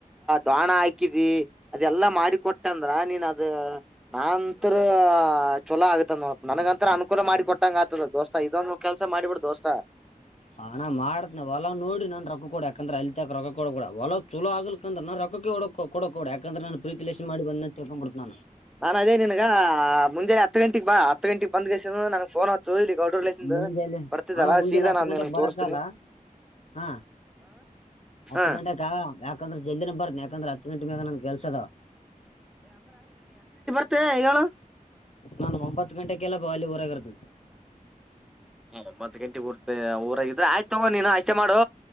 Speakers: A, in the centre; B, on the left.
A: ದಾಣ ಹಾಕಿದಿ ಅದೆಲ್ಲ. ಮಾಡಿ ಕೊಟ್ಟಂದ್ರ ನೀನ್ ಅದ ನಾಂತರ ಚೊಲೋ ಆಗತ ನೊಡಪ್ಪ ನನಗಂತ ಅನುಕೂಲ ಮಾಡಿ ಕೊಟ್ಟಂಗ ಆತದ ದೋಸ್ತ. ಇದೊಂದು ಕೆಲ್ಸ ಮಾಡಿಬಿಡ್ ದೋಸ್ತ.
B: ಹಾಣ ಮಾಡತನೆ ಹೊಲ್ ನೋಡಿ ನಾ ರೊಕ್ಕ ಕೊಡ ಯಾಕಂದ್ರೆ ಅಲ್ಲಿ ತಕ ರೊಕ್ಕ ಕೊಡಬೇಡ ಹೊಲ ಚಲೋ ಆಗ್ಲಿಕ್ಕ ಅಂದ್ರ ನ ರೊ ಹಕ ಕೊಡ ಕೊಡಕ ಕೊಡ್ ಯಾಕಂದ್ರ ನಾನ ಪ್ರೀತಿ ಲಸ ಮಾಡ ಬಂದ ಅಂತ ತಿಳ್ಕೊಂಬಿಡ್ತಿ ನಾನು.
A: ನಾನ ಅದೇ ನಿನ್ಗ ಮುಂಜೆನೆ ಹತ್ತು ಗಂಟಿಗ್ ಬಾ. ಹತ್ತು ಗಂಟೆಗೆ ಬಂದ್ ದೆಸೆಯಿಂದ ಫೋನ್ ಹಚ್ಚುಇ ಗೌಡರ್ ಲಿಂದ
B: ಮುಂಜಾನೆ
A: ಬರ್ತದಲ್ಲ
B: ಅಣ್ಣ ಮುಂಜಾನೆ
A: ಸೀದಾ
B: ಹತ್ತು
A: ನಾನು
B: ಗಂಟೆಗೆ
A: ನ
B: ಬರಕಲ್ಲ
A: ತೋರ್ತೀನಿ.
B: ಹಾ ಹತ್ತು
A: ಹ
B: ಗಂಟೆಕಗ ಯಾಕಂದ್ರೆ ಜಲ್ದಿನೆ ಬರ್ ಯಾಕಂದ್ರ ಹತ್ ಗಂಟಿ ಮ್ಯಲ ನನ್ಗ್ ಕೆಲ್ಸ ಇದಾವ.
A: ಮತ್ತೆ ಹೇಳು.
B: ನಾನು ಒಂಬತ್ತು ಗಂಟೆಕಲ್ಲ ಬಾಲಿ ಊರಾಗಿರ್ತೀನಿ.
A: ಒಂಬತ್ ಗಂಟೆ ಊರ್ ಊರಾಗ ಇದ್ರ ಆಯ್ತ ತಗೊಂಡ ನೀನು ಅಷ್ಟೇ ಮಾಡು